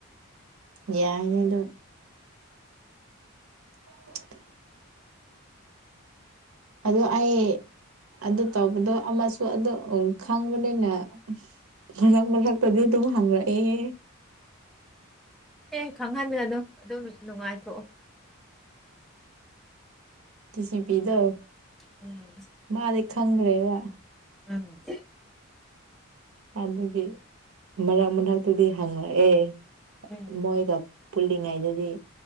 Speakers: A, on the right (about 75°); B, in the centre.
A: ꯌꯥꯏꯅꯦ ꯗꯨꯝ <unintelligible> ꯑꯗꯣ ꯑꯩ ꯑꯗꯨ ꯇꯧꯕꯗꯣ ꯑꯃꯁꯨ ꯑꯗꯣ ꯈꯪꯕꯅꯤꯅ ꯃꯔꯛ ꯃꯔꯛꯇꯗꯤ ꯑꯗꯨꯝ ꯍꯪꯉꯛꯑꯦ
B: ꯌꯦ ꯈꯪꯍꯜꯂꯅꯨ ꯑꯗꯨꯝ ꯅꯨꯡꯉꯥꯏꯊꯣꯛꯑꯣ
A: ꯀꯤꯁꯤ ꯄꯤꯗꯣ
B: ꯎꯝ
A: ꯃꯥꯗꯤ ꯈꯪꯒ꯭ꯔꯦꯕꯥ
B: <unintelligible>
A: ꯑꯗꯨꯒꯤ ꯃꯔꯛ ꯃꯔꯛꯇꯗꯤ ꯍꯪꯉꯛ ꯑꯦ
B: ꯎꯝ
A: ꯃꯣꯏꯒ ꯄꯨꯜꯂꯤꯉꯩꯗꯗꯤ